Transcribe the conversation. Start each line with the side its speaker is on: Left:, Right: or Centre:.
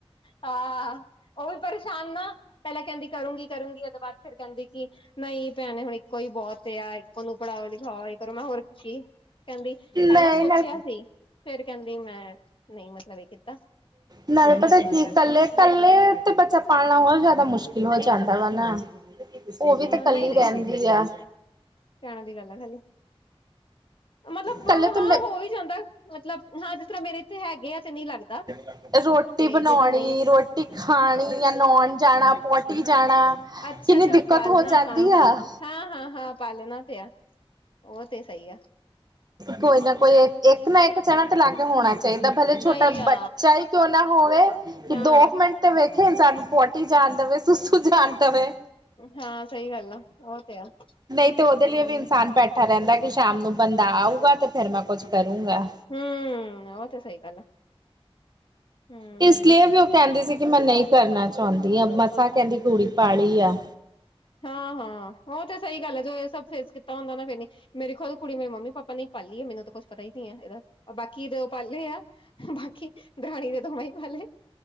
Left: ਹਹ ਉਹ ਵੀ ਪਰੇਸ਼ਾਨ ਨਾ ਪਹਿਲਾਂ ਕਹਿੰਦੀ ਕਰੂੰਗੀ-ਕਰੂੰਗੀ ਉਹਦੇ ਬਾਅਦ ਫਿਰ ਕਹਿੰਦੀ ਕਿ ਨਹੀਂ ਭੈਣੇ ਹੁਣ ਇੱਕੋ ਹੀ ਬਹੁਤ ਆ ਇੱਕੋ ਨੂੰ ਪੜ੍ਹਾਓ ਲਿਖਾਓ ਕਰੋ ਮੈਂ ਹੋਰ ਕੀ। ਕਹਿੰਦੀ ਪਹਿਲਾਂ
Right: ਨਹੀਂ
Left: ਸੋਚਿਆ
Right: ਨਾਲ
Left: ਸੀ ਫੇਿਰ ਕਹਿੰਦੀ ਮੈਂ ਨਹੀਂ ਮਤਲਬ ਇਹ ਕੀਤਾ।
Right: ਨੜ
Left: ਨਹੀਂ
Right: ਪਤਾ
Left: ਕਰਨਾ
Right: ਕੀ
Left: ਕਰਕੇ
Right: ਕੱਲੇ-ਕੱਲੇ ਤੇ ਬੱਚਾ ਪਾਲਣਾ ਹੋਤ ਜ਼ਿਆਦਾ ਮੁਸ਼ਕਿਲ ਹੋ ਜਾਂਦਾ ਵਾ ਨਾ ਉਹ ਵੀ
Left: ਹਾਂ
Right: ਤਾਂ ਕੱਲੀ
Left: ਨਹੀਂ ਰਹੇ
Right: ਰਹਿੰਦੀ ਆ।
Left: ਕਹਿਣ ਦੀ ਗੱਲ ਆ ਖਾਲੀ, ਮਤਲਬ
Right: ਕੱਲੇ
Left: ਹਾਂ
Right: ਤੋਂ
Left: ਹੋ ਵੀ ਜਾਂਦਾ ਮਤਲਬ ਹਾਂ ਜਿਸ ਤਰ੍ਹਾਂ ਮੇਰੇ ਇੱਥੇ ਹੈਗੇ ਆ ਤੇ ਨਹੀਂ ਲੱਗਦਾ।
Right: <inaudible> ਰੋਟੀ
Left: ਤੇ
Right: ਬਣਾਉਣੀ,
Left: ਜਿੱਦਾਂ ਨਹੀਂ ਆ
Right: ਰੋਟੀ ਖਾਣੀ ਜਾਂ ਨਉਣ ਜਾਣਾ, ਪੋਟੀ ਜਾਣਾ।
Left: ਅੱਛਾ-ਅੱਛਾ
Right: ਕਿੰਨੀ ਦਿੱਕਤ
Left: ਪਾਲਣਾ
Right: ਹੋ ਜਾਂਦੀ
Left: ਹਾਂ-ਹਾਂ।
Right: ਆ
Left: ਹਾਂ-ਹਾਂ-ਹਾਂ ਪਾਲਣਾ ਤੇ ਆ ਉਹ ਤੇ ਸਹੀ ਆ।
Right: ਕੋਈ
Left: ਤਾਂ
Right: ਨਾ ਕੋਈ ਇੱਕ ਨਾ ਇੱਕ ਜਾਨਾ ਤੇ ਲਾਗੇ ਹੋਣਾ ਚਾਹੀਦਾ ਭਲੇ ਛੋਟਾ
Left: ਹੀ ਆ
Right: ਬੱਚਾ ਹੀ ਕਿਉਂ ਨਾ ਹੋਵੇ ਕਿ
Left: ਹਾਂ
Right: ਦੋ ਕੁ ਮਿੰਟ ਤੇ ਵੇਖੇ ਇਨਸਾਨ ਪੋਟੀ ਜਾਣ ਦੇਵੇ ਸੁਸੂ ਜਾਣ ਦੇਵੇ
Left: ਹਾਂ ਸਹੀ ਗੱਲ ਆ ਉਹ ਤੇ ਆ
Right: ਨਹੀਂ ਤੇ ਉਹਦੇ
Left: ਹਮ
Right: ਲਈ ਵੀ ਇਨਸਾਨ ਬੈਠਾ ਰਹਿੰਦਾ ਕਿ ਸ਼ਾਮ ਨੂੰ ਬੰਦਾ ਆਊਗਾ ਤੇ ਫੇਰ ਮੈਂ ਕੁੱਝ ਕਰੂੰਗਾ
Left: ਹਮ ਉਹ ਤੇ ਸਹੀ ਗੱਲ ਆ ਹਮ
Right: ਇਸ ਲਈ ਵੀ ਉਹ ਕਹਿੰਦੀ ਸੀ ਕਿ ਮੈਂ ਨਹੀਂ ਕਰਨਾ ਚਾਹੁੰਦੀ ਹ ਮਸਾਂ ਕਹਿੰਦੀ ਗੂੜੀ ਪਾਲੀ ਆ
Left: ਹਾਂ ਹਾਂ ਉਹ ਤੇ ਸਹੀ ਗੱਲ ਹੈ ਜੋ ਇਹ ਸਭ ਫੇਸ ਕੀਤਾ ਹੁੰਦਾ ਨਾ ਫੇ ਨੀ ਮੇਰੀ ਖੁਦ ਕੁੜੀ ਮੇਰੇ ਮੰਮੀ ਪਾਪਾ ਨੇ ਪਾਲੀ ਹੈ ਮੈਨੂੰ ਤਾਂ ਕੁਛ ਪਤਾ ਹੀ ਨੀ ਹੈ ਇਹਦਾ ਬਾਕੀ ਇਹਦੇ ਉਹ ਪਾਲੇ ਆ ਬਾਕੀ ਦਰਾਣੀ ਦੇ ਦਵਾ ਹੀ ਪਾਲੇ